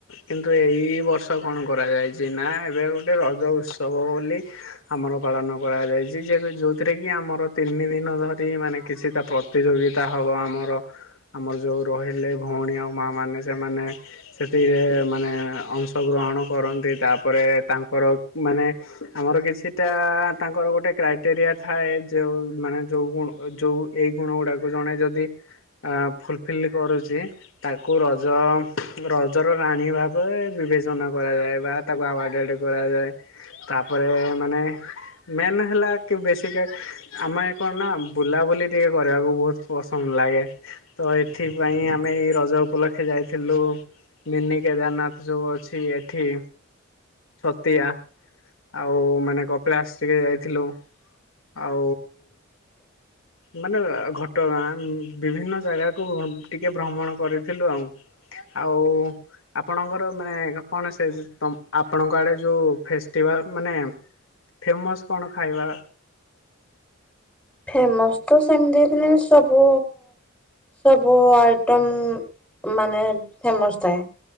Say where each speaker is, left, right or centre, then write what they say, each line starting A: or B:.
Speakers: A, on the left; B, in the centre.
A: କିନ୍ତୁ ଏଇ ବର୍ଷ କଣ କରାଯାଇଚି ନା ଏବେ ଗୋଟେ ରଜ ଉତ୍ସବ ଲି ଆମର ପାଳନ କରାଯାଇଚି ଯେ ଯୋଉଥିରେ କି ଆମର ତିନି ଦିନ ଧରି ମାନେ କିଛିଟା ପ୍ରତିଯୋଗିତା ହବ ଆମର ଆମର ଯୋଉ ରହିଲେ ଭଉଣୀ ଆଉ ମା ମାନ ସେମାନେ ସେଥିରେ ମାନେ ଅଂଶଗ୍ରହଣ କରନ୍ତି ତାପରେ ତାଙ୍କର ମାନେ ଆମର କିଛିଟା ତାଙ୍କର ଗୋଟେ କ୍ରାଇଟେରିଆ ଥାଏ ଯୋଉ ମାନେ ଯୋଉ ଣ ଯୋଉ ଏଇ ଗୁଣ ଗୁଡାକୁ ଜଣେ ଯଦି ଆ ଫୁଲଫିଲ୍ କରୁଚି ତାକୁ ର ଜ ରଜର ରାଣୀ ଭାବରେ ବିବେଚନା କରାଯାଏ ବା ତାକୁ ଆୱାର୍ଡଡ କରାଯାଏ। ତାପରେ ମାନେ ଏ ମେନ୍ ହେଲା କି ବେଶିକା ଆମେ କଣ ନା ବୁଲାବୁଲି ଟିକେ କରିବାକୁ ବହୁତ ପସନ୍ଦ ଲାଗେ, ତ ଏଥିପାଇଁ ଆମେ ଏଇ ରଜ ଉପଲକ୍ଷେ ଯାଇ ଯାଇଥିଲୁ ମିନି କେଦାରନାଥ ଯୋଉ ଅଛି ଏଠି ଛତିଆ ଆଉ ମାନେ କପିଳାସ ଟିକେ ଯାଇଥିଲୁ। ଆଉ ମାନେ ଘଟଗାଁ ବିଭିନ୍ନ ଜାଗାକୁ ଟିକେ ଭ୍ରମଣ କରିଥିଲୁ ଆଉ। ଆଉ ଆପଣଙ୍କର ମାନେ କଣ ସେ ତମ୍ ଆପଣଙ୍କ ଆଡ଼େ ଯଉ ଫେଷ୍ଟିଭାଲ ମାନେ ଫେମସ୍ କଣ ଖାଇବା?
B: ଫେମସ ତ ସେମିତି ଦେଖିଲେ ସବୁ ସବୁ ଆଇଟମ ମାନେ ଫେମସ୍ ଥାଏ।